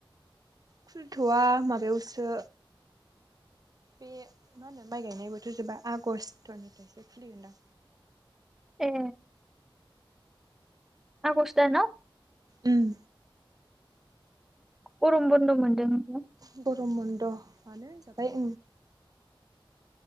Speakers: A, on the right; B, in the centre.
A: खुलिथ'वा माबायावसो, बे मा होनो? माइ गायनाय बोथोर जा आगस्टनिफ्रायसो खुलिगोनदां।
B: ए आगस्ट दानाव।
A: ओम
B: गरम बन्द' मोनदों। हो
A: ब गरमबन्दआनो होनजाबाय।